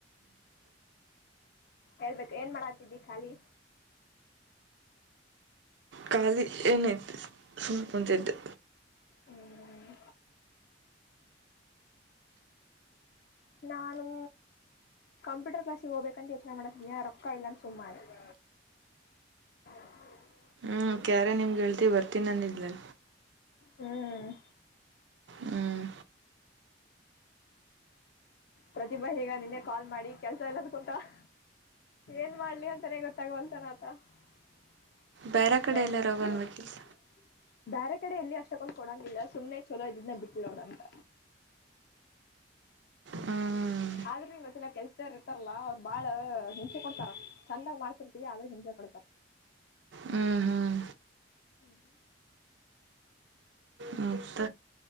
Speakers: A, on the left (about 60°); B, on the right (about 70°).
A: ಹೇಳ್ಬೇಕ ಏನ್ ಮಾಡಾತಿದ್ದಿ ಖಾಲಿ
B: ಖಾಲಿ ಏನೈತ ಸುಮ್ ಕುಂತಿದ್ಯ
A: ಹ್ಮ್ ನಾನು ಕಂಪ್ಯೂಟರ್ ಕ್ಲಾಸಿಗ ಹೋಗಬೇಕಂತ ಯೋಚನೆ ಮಾಡಾತಿದ್ದನ್ಯಾ ರೊಕ್ಕಾ ಇಲ್ಲಂತ ಸುಮ್ನಾದನಿ <unintelligible>
B: ಹ್ಮ ಅಕಿಯಾರ್ ನಿಮ್ ಗೆಳತಿ ಬರ್ತೀನ ಅಂದಿದ್ಲಲ
A: ಹ್ಮ್
B: ಹ್ಮ್
A: ಪ್ರತಿಭಾ ಹೇಳ್ಯಾಳ್ ನಿನ್ನೆ ಕಾಲ್ ಮಾಡಿ ಕೆಲ್ಸಾ ಇಲ್ಲ ಅಂತ ಕುಂತಾಳ್ ಏನ್ ಮಾಡ್ಲಿ ಅಂತಾನೇ ಗೊತ್ತಾಗವಲ್ತ ಅನಾತಾಳ <unintelligible>
B: ಬೇರೆ ಕಡೆ ಎಲ್ಲಾರ ಹೋಗನ್ಬೇಕಿಲ್ಲ
A: ಬ್ಯಾರೆ ಕಡೆ ಎಲ್ಲಿ ಅಷ್ಟೊಕ್ಕೊಂಡ್ ಕೊಡಂಗಿಲ್ಲ ಸುಮ್ಮನೆ ಚೊಲೋ ಇದ್ದದ್ನ ಬಿಟ್ಟಲ ನೋಡ್ ಅಂತ
B: ಹ್ಮ್
A: ಆದ್ರು ಇನ್ನೊಂದಲ ಕೆಲ್ಸ್ ರ್ ಇರ್ತಾರಲ್ಲ ಅವ್ರ ಬಾಳ ಹಿಂಸೆ ಕೊಡ್ತಾರ ಚಂದಂಗ ಮಾಡ್ತಿರ್ತಿವಿ ಆದ್ರು ಹಿಂಸೆ ಕೊಡ್ತಾರ
B: ಹ್ಮ್ ಹ್ಮ್
A: ಹ್ಮ್
B: ಮತ್ತ